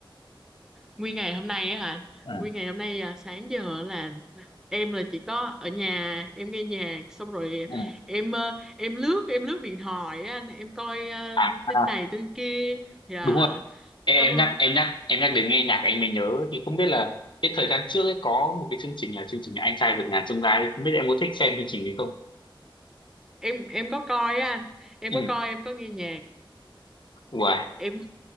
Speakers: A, in the centre; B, on the left (about 60°).
A: nguyên ngày hôm nay á hả
B: ừ
A: nguyên ngày hôm nay à, sáng giờ là em là chỉ có ở nhà em nghe nhạc xong rồi
B: ừ
A: em ờ, em lướt em lướt điện thoại á anh. em coi ờ,
B: à,
A: tin
B: à,
A: này tin kia dạ
B: đúng rồi em
A: xong rồi
B: nhắc em nhắc em nhắc đến nghe nhạc anh mới nhớ thì không biết là cái thời gian trước ấy có một cái chương trình là chương trình anh trai vượt ngàn chông gai ấy. không biết em có thích xem chương trình đấy không
A: em em có coi á anh em
B: ừ
A: có coi em có nghe nhạc
B: Wow.
A: em